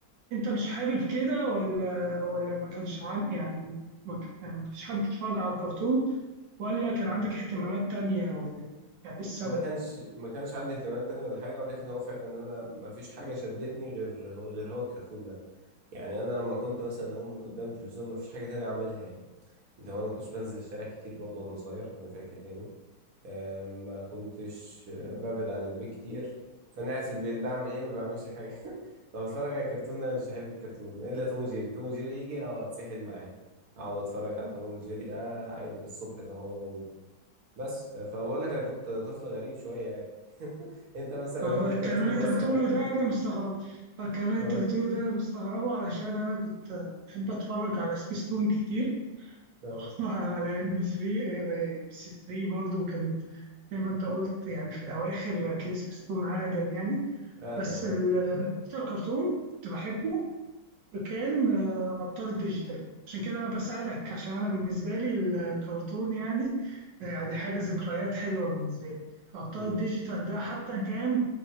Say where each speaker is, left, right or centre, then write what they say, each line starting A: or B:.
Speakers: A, on the right; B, on the right.
A: أنت مش حابب كده ولا ولا ما كانش عن يعني ما ك- يعني ما كنتش حابب تتفرج على الكرتون ولا كان عندك اهتمامات تانية ولا إيه؟ يعني إيه السبب؟
B: ما كانش ما كانش عندي اهتمامات تانية ولا حاجه ولكن هو فعلا انا ما فيش حاجه شدتني غير هو غير هو الكرتون ده يعني انا لما كنت مثلا اقوم من قدام التلفزيون ما فيش حاجه تانية اعملها يعني اللي هو انا ما كنتش بنزل الشارع كتير برضه وانا صغير انا فاكر يعني آه، ما كنتش آه، ببعد عن البيت كتير فانا قاعد في البيت بعمل ايه ما بعملش حاجه <laughs> طب اتفرج على كرتون لا مش هحب الكرتون الا توم وجيري توم وجيري يجي اه اتسحل معاه اقعد اتفرج على توم وجيري ده عادي للصبح لو هو موجود بس فبقول لك انا كنت طفل غريب شويه يعني <laughs> انت مثلا
A: آه،
B: في
A: الكلام
B: كرتون
A: اللي
B: مؤثر
A: انت بتقوله
B: معاك
A: ده
B: يعني
A: انا مستغرب الكلام اللي
B: اه
A: انت بتقوله ده مستغربه علشان انا كنت بحب اتفرج على سبيس تون كتير
B: اه
A: <laughs> على ام بي 3 بي 3 برضو كانت زي ما انت قلت يعني في الاواخر كده سبيس تون اقدم يعني
B: ادم
A: بس ال-
B: اه
A: اكتر كرتون كنت بحبه كان آه، ابطال الديجيتال عشان كده انا بسالك عشان انا بالنسبه لي الكرتون يعني آه، يعني حاجه ذكريات حلوه بالنسبه لي ابطال
B: مم.
A: الديجيتال ده حتى كان